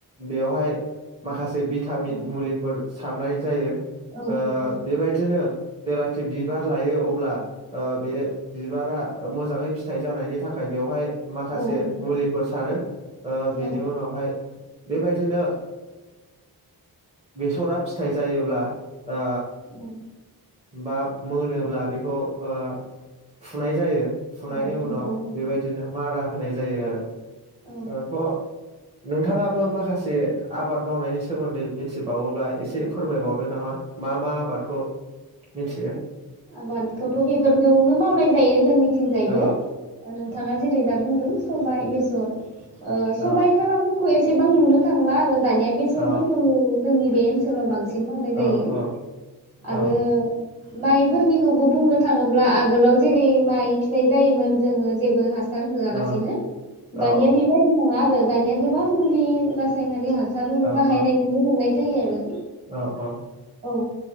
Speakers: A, on the right; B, on the right.
A: बेयावहाय माखासे भिटामिन
B: औ
A: मुलिफोर सारनाय जायो। ओ
B: औ नंगौ
A: बेबायदिनो जेलाखि बिबार लायो अ ब्ला ओ बे बिबारा मोजाङै फिथाइ जानायनि थाखाय बेवहाय माखासे
B: औ नंगौ
A: मुलिफोर सारो ओ बिनि
B: औ
A: उनावहाय बेबायदिनो बेसरा फि फिथाइ जायोब्ला आ
B: औ
A: बा मोनोब्ला बेखौ ओ फुनाय जायो फुनायनि
B: औ नंगौ
A: उनाव
B: नंगौ
A: बेबायदिनो मारा होनाय जायो आरो।
B: औ
A: ओ थ' नोंथाङाबो माखासे आबाद मावनायनि सोमोनदै मिथिबावोब्ला एसे फोरमायबावदो नामा मा मा आबादखौ मिथियो।
B: आबादखौथ' बेफोरखौनो मावनाय जायो जोंनिथिंजायबो
A: औ
B: नों थाङा जेरै दा बुंदों सबाय, बेसर। ओ
A: औ
B: सबाइखाला फोरखौ खौ एसेबां नुनो थांला दानिया बेसर
A: औ
B: फोरखौनो जोंनि बे ओनसोलाव बांसिन सिन मावनाय जायो
A: औ औ औ
B: आरो माइ फोरनिखौबो बुंनो थाङोब्ला आगोलाव जेरै माइ फिथाइ जायोमोन जोङो जेबो हा सार होआलासिनो
A: औ औ
B: दानिया बेबायदि नङा आरो दानिया गोबां मुलि रासायनारि हा सार
A: औ
B: बाहायनाय
A: औ
B: नुनो मोननाय जायो आरो
A: औ औ
B: औ